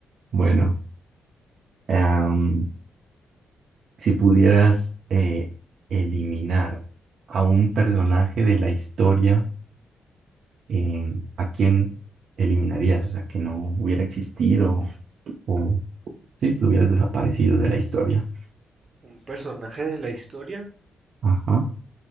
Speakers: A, on the right (about 55°); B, on the right (about 30°).
A: Bueno. Am, si pudieras eh, eliminar a un personaje de la historia, em, ¿a quién eliminarías? O sea, que no hubiera existido o sí, que hubieras desaparecido de la historia.
B: ¿Un personaje de la historia?
A: Ajá.